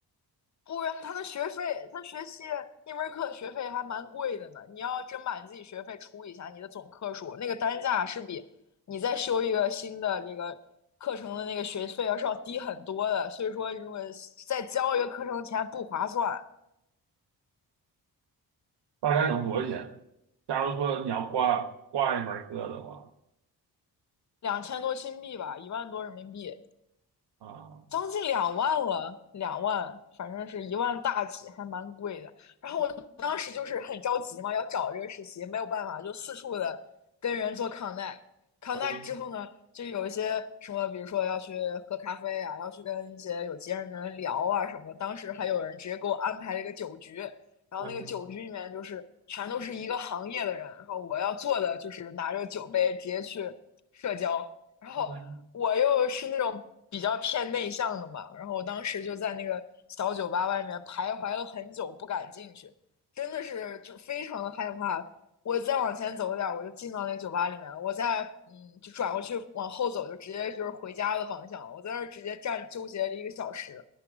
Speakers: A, on the left; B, on the right.
A: 不然他的学费，他学期一门课的学费还蛮贵的呢。你要真把你自己学费除一下，你的总课数那个单价是比你再修一个新的这个课程的那个学费要是要低很多的。所以说，如果再交一个课程钱不划算，
B: 大概能多少钱？假如说你要挂挂一门课的话，
A: 两千多新币吧，一万多人民币。
B: 啊，
A: 将近两万了，两万，反正是一万大几，还蛮贵的。然后我当时就是很着急嘛，要找这个实习，没有办法，就四处的跟人做 connect。connect
B: 嗯，
A: 之后呢，就有一些什么，比如说要去喝咖啡啊，要去跟一些有经验的人聊啊什么的。当时还有人直接给我安排了一个酒局，然后那个酒局里面就是全都是一个行业的人，
B: 嗯
A: 然后我要做的就是拿着酒杯直接去社交。然后我又是那种比较偏内向的嘛，
B: 嗯
A: 然后我当时就在那个小酒吧外面徘徊了很久，不敢进去，真的是就非常的害怕。我再往前走一点我就进到那个酒吧里面了。我再嗯，就转过去往后走，就直接就是回家的方向了。我在那儿直接站纠结了一个小时，